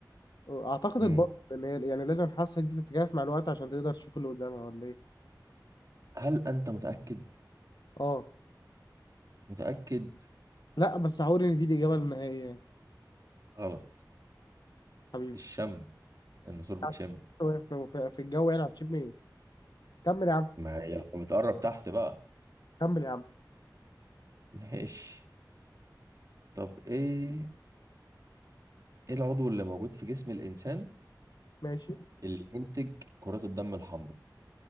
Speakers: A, on the left; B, on the right.
A: آه، اعتقد
B: مم.
A: البط لان هي يعني لازم الحاسه دي تتكيف مع الوقت عشان تقدر تشوف اللي قدامها ولا ايه
B: هل أنت متأكد
A: اه
B: متأكد
A: لا بس هقول ان دي الاجابه النهائيه يعني
B: غلط
A: حبيبي
B: الشم النسور بتشم
A: <laughs> في في- في الجو يعني هتشم ايه كمل يا عم
B: ما هي لو بتقرب تحت بقى
A: كمل يا عم
B: <laughs> ماشي طب إيه إيه العضو اللي موجود في جسم الإنسان
A: ماشي
B: اللي ينتج كرات الدم الحمراء